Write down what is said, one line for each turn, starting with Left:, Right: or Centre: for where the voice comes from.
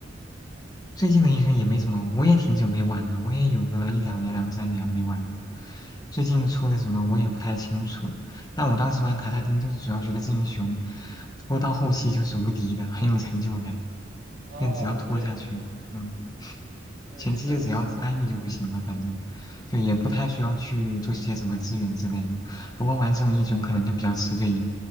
Left: 最近的英雄也没什么，我也挺久没玩了，我也有个一两年、
Right: 哦
Left: 两三年没玩了。最近出的什么我也不太清楚，
Right: 哦
Left: 但我当时玩卡萨丁就是主要觉得这英雄拖到后期就是无敌的，很有成就感，
Right: 哦，
Left: 但只要拖下去，
Right: 对
Left: 嗯。
Right: 对，
Left: 前期就只要发育就不行了，
Right: 陕西，
Left: 反正就也不太需要去做些什么资源之类的。
Right: 嗯，
Left: 不过玩这种英雄可能就比较吃队友，